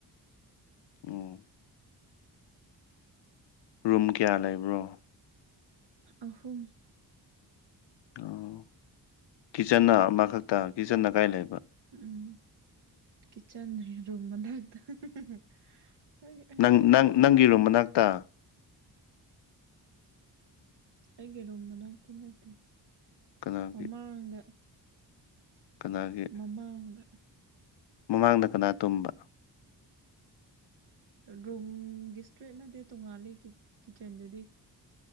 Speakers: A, on the left (about 85°); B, on the right (about 70°).
A: ꯎꯝ ꯔꯨꯝ ꯀꯌꯥ ꯂꯩꯕ꯭ꯔꯣ
B: ꯑꯍꯨꯝ
A: <unintelligible> ꯀꯤꯠꯆꯟꯅ ꯑꯃꯈꯛꯇ ꯀꯤꯠꯆꯟꯅ ꯀꯥꯏ ꯂꯩꯕ
B: ꯎꯝ ꯀꯤꯆꯟ ꯔꯨꯝ ꯃꯅꯥꯛꯇ <unintelligible>
A: ꯅꯪ
B: ꯑꯩ
A: ꯅꯪ
B: ꯑꯩ
A: ꯅꯪꯒꯤ ꯔꯨꯝ ꯃꯅꯥꯛꯇ
B: ꯑꯩꯒꯤ ꯔꯨꯝ ꯃꯅꯥꯛꯇ ꯅꯠꯇꯦ
A: ꯀꯅꯥꯒꯤ
B: ꯃꯃꯥꯡꯗ
A: ꯀꯅꯥꯒꯤ
B: ꯃꯃꯥꯡꯗ
A: ꯃꯃꯥꯡꯗ ꯀꯅꯥ ꯇꯨꯝꯕ
B: ꯔꯨꯝꯒꯤ ꯏꯁꯇ꯭ꯔꯦꯠ ꯅꯠꯇꯦ ꯇꯣꯡꯉꯥꯜꯂꯤ ꯀꯤ ꯀꯤꯠꯆꯟꯗꯨꯗꯤ